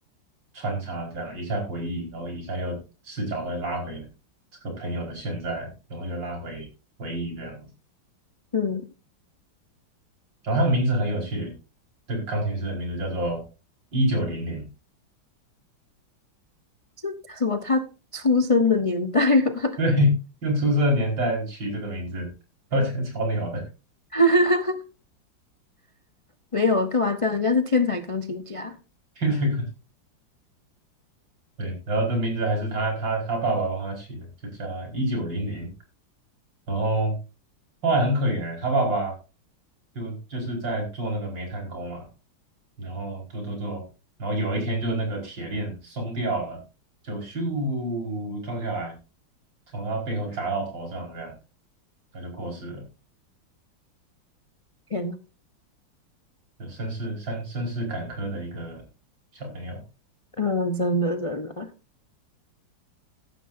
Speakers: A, on the right; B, on the left.
A: 穿插，这样一下回忆，然后一下又视角会拉回这个朋友的现在，然后又拉回回忆这样子。
B: 嗯，
A: 然后他的名字很有趣，这个钢琴师的名字叫做一九零零，
B: 这什么？他出生的年代吗？
A: 对，用出生的年代取这个名字，我觉得超鸟的，
B: <laughs> 没有，干嘛这样？人家是天才钢琴家。
A: <laughs> 听这个对，然后这名字还是他他他爸爸帮他取的，就叫一九零零。然后后来很可怜欸，他爸爸就就是在做那个煤炭工嘛，然后做做做，然后有一天就那个铁链松掉了，就咻撞下来，从他背后砸到头上这样，他就过世了，
B: 天呐，
A: 就身世身身世坎坷的一个小朋友。
B: 嗯，真的真的，